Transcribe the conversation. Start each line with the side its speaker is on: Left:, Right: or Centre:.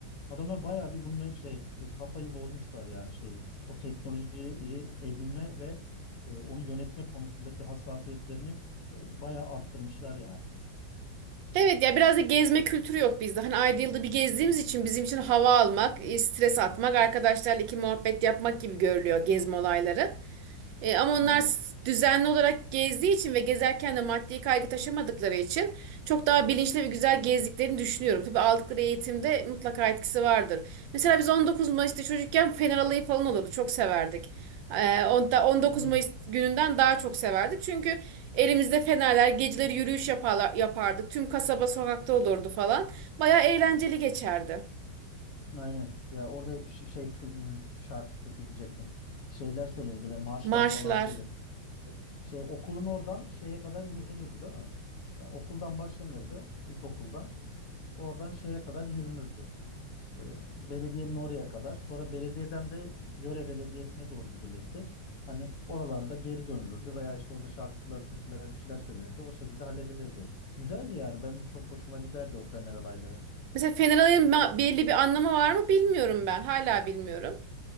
Left: Adamlar bayağı bir bununla şey e, kafayı bozmuşlar yani şey o teknolojiyi edinme ve e, onu yönetme konusundaki hassasiyetlerini e, bayağı arttırmışlar yani.
Right: Evet ya biraz da gezme kültürü yok bizde. Hani ayda yılda bir gezdiğimiz için bizim için hava almak, e, stres atmak, arkadaşlarla iki muhabbet yapmak gibi görülüyor gezme olayları. E, ama onlar
Left: Aynen.
Right: s- düzenli olarak gezdiği için ve gezerken de maddi kaygı taşımadıkları için çok daha bilinçli ve güzel gezdiklerini düşünüyorum. Tabii aldıkları eğitimde mutlaka etkisi vardır. Mesela biz 19 Mayıs'ta çocukken Fener Alayı falan olurdu. Çok severdik. E, on- da- 19
Left: Aynen.
Right: Mayıs gününden daha çok severdik. Çünkü elimizde fenerler, geceleri yürüyüş yaparlar, yapardık. Tüm kasaba sokakta olurdu falan. Bayağı eğlenceli geçerdi.
Left: Aynen. Ya orada ş- şey tü- şarkı türkü diyecektim. Şeyler söyledi böyle marşlar
Right: Marşlar.
Left: falan söyledi. Şey okulun oradan şeye kadar yürünürdü değil mi? Yani okuldan başlanırdı ilkokuldan. Oradan şeye kadar yürünürdü. Ee, belediyenin oraya kadar. Sonra belediyeden de yöre belediyesine doğru gidilirdi. Hani oralarda geri dönülürdü veya işte orada şarkılar, türküler, bir şeyler söylenirdi. O şekilde halledilirdi. Güzeldi yani. Ben de çok hoşuma giderdi o Fener alayları.
Right: Mesela Fener Alayı'nın ma- belli bir anlamı var mı bilmiyorum ben. Hala bilmiyorum.